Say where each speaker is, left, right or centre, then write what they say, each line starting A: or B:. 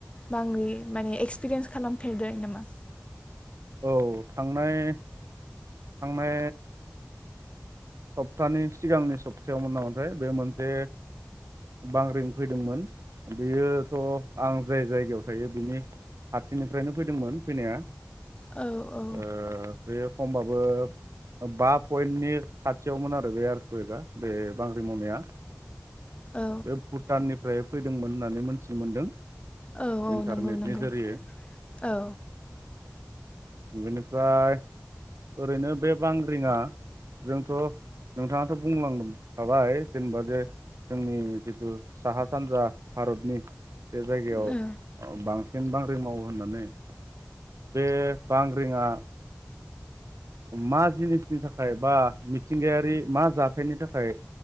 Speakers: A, on the left (about 20°); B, on the right (about 70°).
A: बांग्रि माने एक्सपिरियेन्स खालामफेरदों नामा?
B: औ थांनाय-थांनाय सप्तानि सिगांनि सप्तायावमोन नामाथाय बे मोनसे बांग्रिं फैदोंमोन बेयोथ' आं जाय-जाय याव थायो बिनि आथिनिफ्रायनो फैदोंमोन फैनाया
A: औ औ
B: ओ बे समबाबो बा पइन्टनि खाथियावमोन आरो बे आरकुइकआ बे बांग्रि मावनाया
A: औ
B: बे भुटाननिफ्राय फैदोंमोन होननानै मोनथि मोनदों।
A: औ औ
B: इन्टारनेटनि
A: नंग-नंगौ
B: जोरियै
A: औ।
B: बेनिफ्राय ओरैनो बे बांग्रिङा जोंथ' नोंथाङाथ बुंलांखाबाय जेनेबा जे जोंनि जिथु साहा सानजा भारतनि बे जायगायाव
A: औ
B: बांसिन बांग्रिं मावो होननानै बे बांग्रिङा मा जिनिसनि थाखाय बा मिथिंगायारि मा जाथायनि थाखाय